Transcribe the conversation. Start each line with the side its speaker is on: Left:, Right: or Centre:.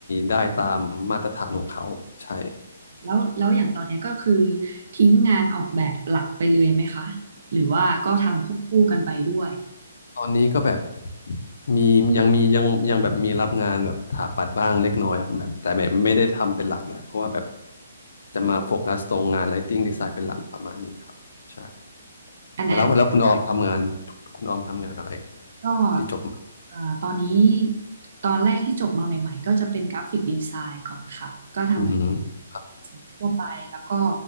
Left: ได้ตามมาตรฐานของเขาใช่
Right: แล้วแล้วอย่างตอนนี้ก็คือทิ้งงานออกแบบหลักไปเลยไหมคะหรือว่าก็ทำควบคู่กันไปด้วย
Left: ตอนนี้ก็แบบมียังมียังยังแบบมีรับงานแบบถาปัดบ้างเล็กน้อยครับแบบแต่แบบไม่ได้ทำเป็นหลักแหละเพราะว่าแบบจะมาโฟกัสตรงงาน Lighting Design เป็นหลักประมาณนี้ครับใช่
Right: อันอัน
Left: แล้วแล้วคุณออมทำงานคุณออมทำงานอะไร
Right: ก็
Left: ที่จบมา
Right: เอ่อตอนนี้ตอนแรกที่จบมาใหม่ๆก็จะเป็นกราฟิกดีไซน์ก่อนค่ะ ก็ท
Left: อืม
Right: ำสิ่งทั่วไป แล้วก็